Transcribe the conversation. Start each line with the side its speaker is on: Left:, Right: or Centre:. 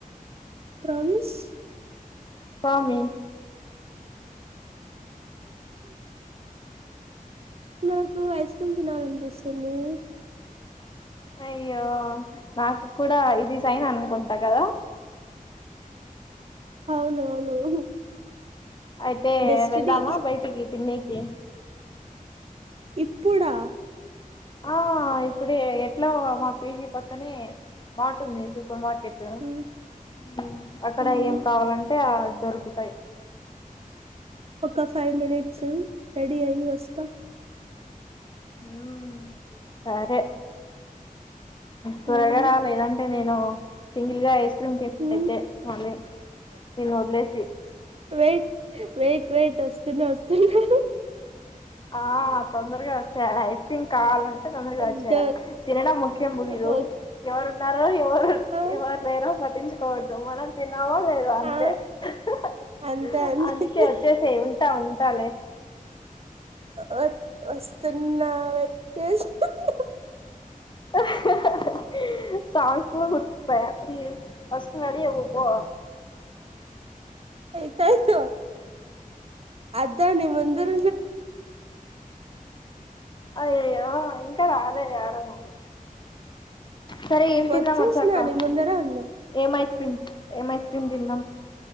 Right: ప్రామిస్
Left: ప్రామి
Right: నాకు ఐస్ క్రీమ్ తినాలనిపిస్తుంది
Left: అయ్యో నాకు కూడా ఇది సైన్ అనుకుంటా కదా
Right: అవునవును
Left: అయితే
Right: డెస్టినీ
Left: వెళ్దామా బయటికి తిన్నీకి
Right: ఇప్పుడా
Left: ఆ ఇప్పుడే ఎట్లాగో మా పీజీ పక్కనే మార్ట్ ఉంది సూపర్ మార్కెట్ ర్టు
Right: హ్మ్
Left: అక్కడ
Right: హ్మ్
Left: ఏం కావాలంటే ఆ దొరుకుతాయ్
Right: ఒక ఫైవ్ మినిట్సు రెడీ అయ్యి వస్తా
Left: ఉమ్ సరే త్వరగా
Right: హ్మ్
Left: రా లేదంటే నేను సింగిల్ గా ఐస్ క్రీమ్ తిన
Right: హ్మ్
Left: అయితే మళ్ళీ నిన్ను ఒదిలేసి
Right: వెయిట్ వెయిట్ వెయిట్ వస్తున్నా వస్తున్నా
Left: ఆ తొందరగా వచ్చేయాల ఐస్ క్రీమ్ కావాలె తొందరగా
Right: పెద్ద
Left: వచ్చేయాల తినడం ముఖ్యం ముగిదు
Right: ఓ
Left: ఎవరున్నారో ఎవరు
Right: ఆ
Left: ఎవరు లేరో పట్టించుకోవద్దు మనం తిన్నామాలేద
Right: ఆ
Left: అంతే అహ్హ్ హ
Right: అంతే అంతే
Left: అందుకే ఒచ్చేసేయ్ ఉంటా ఉంటలే
Right: వొ వస్తున్నా వచ్చేస్తున్న
Left: ఊహ్హ్హ్ సాంగ్స్ కూడా గుర్తు పోయ అది ఫస్ట్ రెడీ అవ్వు బో
Right: ఆయితయత అద్దా ని ముందర
Left: అయ్యేయొ ఇంకా రాలేదె యడ నువ్వు సరే ఏం తిందాం
Right: వచ్చేసిన
Left: వచ్చాక
Right: నీ ముందర ఉన్నా
Left: ఏం ఐస్ క్రీమ్ ఏం ఐస్ క్రీమ్ తిందాం